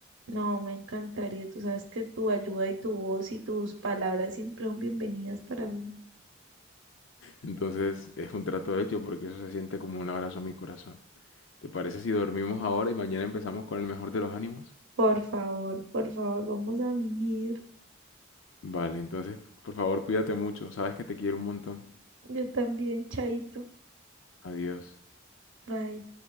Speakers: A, on the right; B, on the left.
A: No, me encantaría. Tú sabes que tu ayuda y tu voz y tus palabras siempre son bienvenidas para mí.
B: Entonces es un trato hecho porque eso se siente como un abrazo a mi corazón. ¿Te parece si dormimos ahora y mañana empezamos con el mejor de los ánimos?
A: Por favor, por favor, vamos a mimir.
B: Vale, entonces por favor cuídate mucho. Sabes que te quiero un montón.
A: Yo también, chaito.
B: Adiós.
A: Bye.